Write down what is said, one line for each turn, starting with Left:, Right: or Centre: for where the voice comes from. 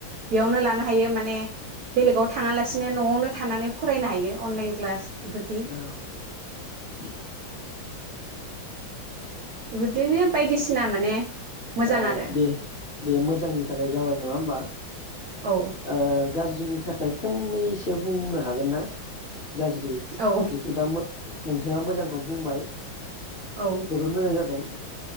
Right: बेयावनो लानो हायो। माने बेलेगाव थाङालासिनो नआवनो थानानै फरायनो हायो अनलाइन क्लास
Left: औ
Right: इफोरदि बोदिनो बायदिसिना माने मोजां
Left: औ
Right: आरो
Left: बे बेमोजांनि थाखाय जाबाय नङा होमबा
Right: औ
Left: ओ गाजि जोंनि थाखाय फंनैसो बुंनो हागोन ना? गाज्रि
Right: औ
Left: जिथु दा मो नोंथाङा मोजां खौ बुंबाय।
Right: औ
Left: जोबोद मोजां जादों।